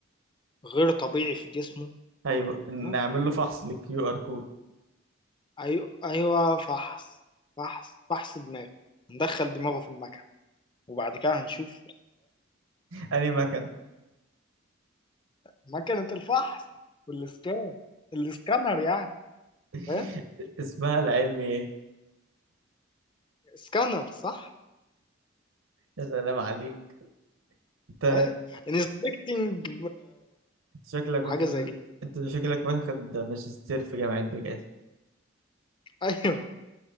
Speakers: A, on the left; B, on the right.
A: غير طبيعي في جسمه
B: ايوه نعمل
A: ها
B: له فحص للكيو ار كود
A: ايوه ايوه فحص فحص فحص دماغ ندخل دماغه في المكنه وبعد كده هنشوف
B: انهي مكنة
A: مكنه الفحص والاسكان الاسكانر يعني
B: <laughs>
A: فاهم
B: اسمها العلمي ايه
A: سكانر صح
B: يا سلام عليك انت
A: ايوه انسبكتنج
B: شكلك
A: حاجه
B: واخد
A: زي
B: مز...
A: كده
B: انت شكلك واخد ماجستير في جامعة بجد
A: <laughs> ايوه